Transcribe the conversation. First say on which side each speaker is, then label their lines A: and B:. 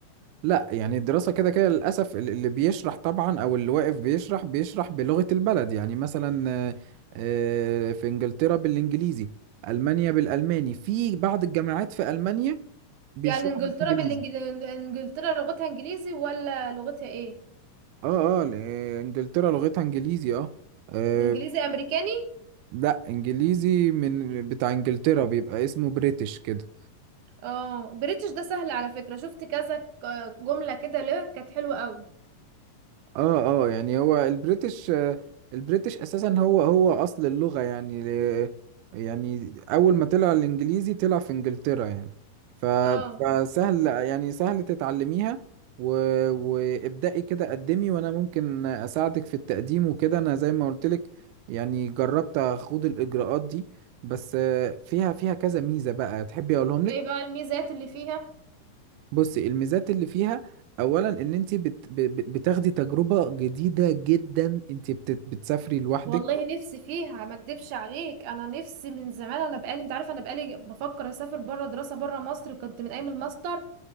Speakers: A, on the right; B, on the right.
A: لا يعني الدراسة كده كده للأسف ال- اللي بيشرح طبعا أو اللي واقف بيشرح بيشرح بلغة البلد يعني مثلا آه، آه، في إنجلترا بالإنجليزي ألمانيا بالألماني في بعض الجامعات في ألمانيا بيشرحوا
B: يعني انجلترا
A: بالإنجليزي
B: بالانجل انجلترا لغتها انجليزي ولا لغتها ايه
A: اه اه ل- آه، إنجلترا لغتها إنجليزي اه آه،
B: انجليزي امريكاني
A: لا إنجليزي من بتاع إنجلترا بيبقى اسمه بريتش كده
B: اه بريتش ده سهل على فكرة شفت كذا ك- جملة كده له كانت حلوة قوي
A: اه اه يعني هو البريتش آه، البريتش اساسا هو هو اصل اللغة يعني ل- يعني اول ما طلع الانجليزي طلع في انجلترا يعني ف-
B: اه
A: فسهل يعني سهل تتعلميها و... وابدأي كده قدمي وانا ممكن اساعدك في التقديم وكده انا زي ما قلت لك يعني جربت اخوض الاجراءات دي بس آه، فيها فيها كذا ميزة بقى تحبي اقولهم لك
B: ايه بقى الميزات اللي فيها
A: بصي الميزات اللي فيها اولا ان انت بت... ب- ب- بتاخدي تجربه جديده جدا انت بت... بتسافري لوحدك
B: والله نفسي فيها ما اكدبش عليك انا نفسي من زمان انا بقالي انت عارفه انا بقالي بفكر اسافر بره دراسه بره مصر وكنت من ايام الماستر